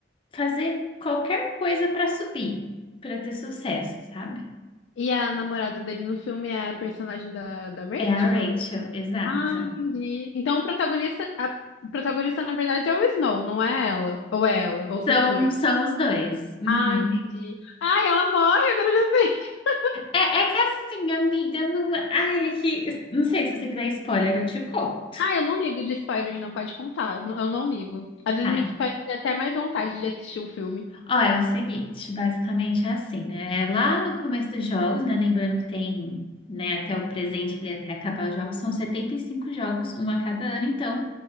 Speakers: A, on the left; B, on the left.
A: fazer qualquer coisa para subir, para ter sucesso, sabe?
B: E a namorada dele no filme é a personagem da, da Rachel?
A: É a Rachel, exato.
B: Ah, entendi. Então o protagonista, a- o protagonista na verdade é o Snow, não é ela? Ou é ela? Ou
A: Então,
B: são os dois?
A: são os dois. Uhum.
B: Ah, entendi. Ai, ela morre, agora eu já sei. <laughs>
A: É, é que assim, amiga, não. é, Ai, é que. Não sei se você quiser spoiler, eu te conto.
B: Ah, eu não ligo de spoiler, não pode contar. Eu não eu não ligo. Às vezes
A: Tá,
B: me faz ter até mais vontade de assistir o filme.
A: Ó, é o seguinte, basicamente é assim, né? É Lá no começo dos jogos, né? Lembrando que tem, né, até o presente ali, até acabar os jogos, são 75 jogos, um a cada ano, então